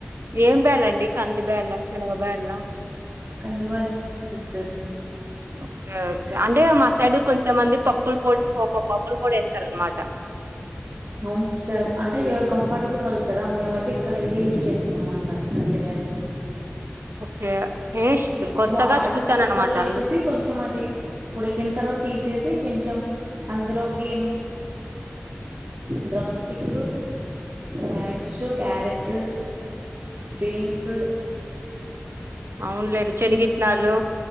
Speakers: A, on the right (about 85°); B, on the right (about 55°).
A: ఏం బేలండి కంది బేలా శనగ బేలా
B: కందు బాల సిస్టర్
A: ఓకే ఓకే అంటే మా సైడ్ కొంతమంది పప్పుల పొడి కో పప్పుల పొడి వేస్తార అనమాట
B: అవును సిస్టర్ అంటే ఎవరు కంఫర్టబుల్ వాళ్ళు కదా మేమైతే ఇక్కడ ఇదే యూజ్ చేస్తాం అనమాంట కంది బేల్
A: ఓకే ఇస్ కొత్తగా
B: బా అది
A: చూసాను
B: కుక్కర్
A: అనమాట
B: లో వేసేసి
A: అందుకు
B: కొంచెం అది ఉడికిన తర్వాత తీసేసి కొంచెం అందులోకి drumstick radish carrot beans
A: అవును లేండి చనగ
B: ఇంకా
A: ఇత్తనాలు